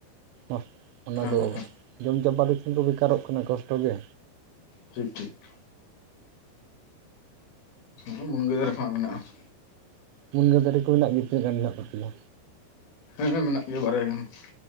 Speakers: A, on the right (about 85°); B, on the left (about 65°).
A: ᱚᱸᱥ ᱚᱱᱟ ᱫᱚ
B: ᱦᱮᱸ ᱦᱮᱸ
A: ᱡᱚᱢ ᱪᱟᱵᱟ ᱞᱮᱠᱷᱟᱱ ᱠᱚ ᱵᱮᱠᱟᱨᱚᱜ ᱠᱟᱱᱟ ᱠᱚᱥᱴᱚ ᱜᱮ᱾
B: ᱴᱷᱤᱠ ᱴᱷᱤᱠ ᱾ ᱟᱸᱦᱼᱦᱟᱸ ᱢᱩᱱᱜᱟᱹ ᱫᱟᱨᱮ ᱠᱚᱦᱟᱸᱜ ᱢᱮᱱᱟᱜᱼᱟ ᱾
A: ᱢᱩᱱᱜᱟᱹ ᱫᱟᱨᱮ ᱠᱚ ᱢᱮᱱᱟᱜ ᱜᱮ ᱛᱤᱱᱟᱹᱜ ᱜᱟᱱ ᱢᱮᱱᱟᱜ ᱛᱟᱯᱮᱭᱟ?
B: ᱦᱮᱸ ᱦᱮᱸ ᱢᱮᱱᱟᱜ ᱜᱮᱭᱟ ᱵᱟᱨᱭᱟ ᱜᱟᱱ ᱾